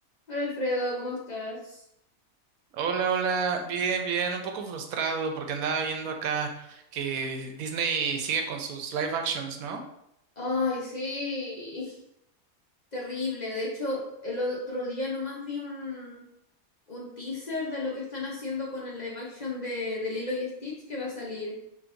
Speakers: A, on the left; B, on the right.
A: Hola Alfredo, ¿cómo estás?
B: Hola, hola, bien, bien, un poco frustrado porque andaba viendo acá que Disney sigue con sus live actions, ¿no?
A: Ay, sí, <laughs> terrible. De hecho, el otro día nomás vi un, un teaser de lo que están haciendo con el live action de, de Lilo y Stitch que va a salir.